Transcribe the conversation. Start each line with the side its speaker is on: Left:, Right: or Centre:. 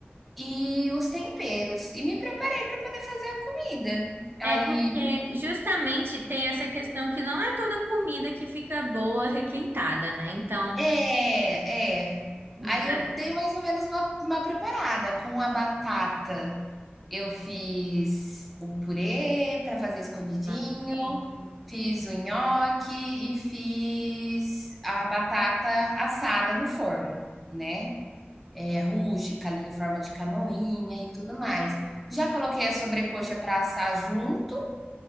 Centre: e os temperos. E me preparei para poder fazer a comida. Aí
Right: É porque justamente tem essa questão que não é toda comida que fica boa, requentada, né? Então,
Centre: É, é.
Right: né
Centre: Aí eu dei mais ou menos uma uma preparada. Com a batata, eu fiz o purê para fazer escondidinho,
Right: pãozinho,
Centre: fiz o nhoque e fiz a batata assada no forno, né, eh, rústica ali em forma de canoinha e tudo mais. Já coloquei a sobrecoxa para assar junto